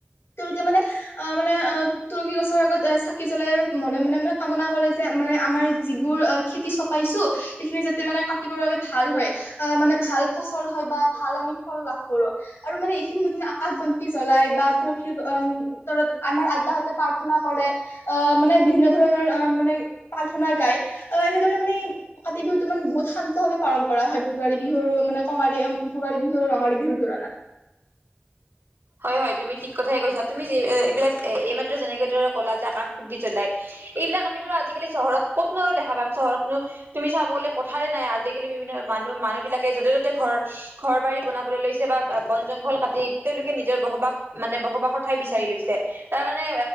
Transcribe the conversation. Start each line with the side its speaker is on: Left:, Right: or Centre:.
Left: তেওঁলোকে মানে অ মানে অ তুলসী গছৰ আগত চাকি জ্বলাই মনে মনে মনে কামনা কৰে যে মানে আমাৰ যিবোৰ খেতি চপাইছো সেইখিনি যাতে মানে কাটিবৰ বাবে ভাল হয়। আহ মানে ভাল ফচল হয় বা ভাল আমি ফল লাভ কৰো। আৰু মানে এইখিনি মানে আকাশ বন্তি জ্বলাই বা তুলসীৰম তলত আমাৰ আইতাহতে প্ৰাৰ্থনা কৰে। আহ মানে বিভিন্ন ধৰণৰ অ মানে প্ৰাৰ্থনা গাই আহ এনেদৰে মানে কাতি বিহুত মানে বহুত শান্ত ভাৱে পালন কৰা হয় বিহুৰ মানে কঙালী ভোগালী বিহু আৰু ৰঙালী বিহুৰ তুলনাত।
Right: হয় হয় তুমি ঠিক কথাই কৈছা তুমি যে এইবিলাক এইমাত্ৰ যেনেকে কলা যে আকাশ বন্তি জ্বলাই। এইবিলাক আমি ধৰা আজিকালি চহৰত কতনো আৰু দেখা পাম। চহৰতনো তুমি চাব গলে পথাৰে নাই আজিকালি বিভিন্ন মান। মানুহ বিলাকে যতে ত'তে ঘৰ। ঘৰ বাৰী বনাবলৈ লৈছে বা বন জংঘল কাটি। নিজৰ বসবাস মানে বসবাসৰ ঠাই বিচাৰি লৈছে তাৰ কাৰে